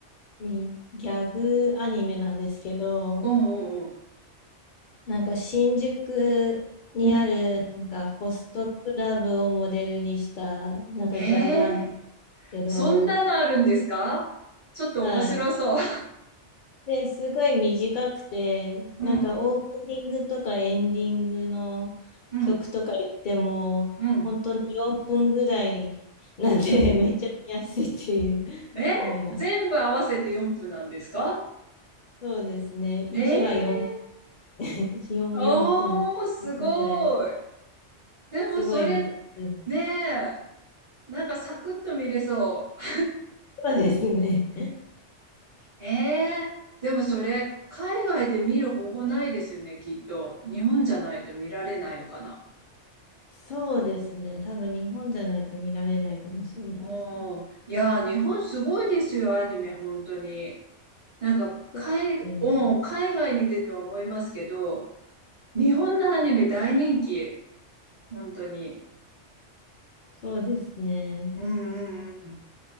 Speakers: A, on the left; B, on the right.
A: に、ギャグアニメなんですけど、
B: うん、うん、うん、
A: なんか新宿にあるなんかホストクラブをモデルにしたなんかギャグアニメ
B: うん。へえ、
A: けど、
B: そんなのあるんですかちょっと面白そう。
A: はい。で、すごい短くて、
B: <laughs> うん、
A: なんかオープニングとかエンディングの曲とか言っても、
B: うん、うん、うん、
A: 本当に4分ぐらいなんで、
B: うん。
A: <laughs> めっちゃ見やすいっていう
B: え全部合わせて4分なんですか
A: のはあります。そうですね。1話4、
B: ええ
A: 1、
B: おー、
A: 4分、
B: すごい。
A: 分ぐらいの、
B: でもそれ、
A: すごい見やすい。
B: ねえ、なんかサクッと見れそう。
A: そうですね。
B: ええでもそれ、海外で見る方法ないですよね、きっと。日本じゃないと見られないのかな。
A: そうですね。多分日本じゃないと見られないかもしれないですね。
B: おーいやー、日本すごいですよ、アニメ、本当に。なんか、
A: そう、
B: 海、
A: うん、
B: おー海外に出て思いますけど、日本のアニメ大人気、本当に。
A: そうですね。
B: うんうんうん、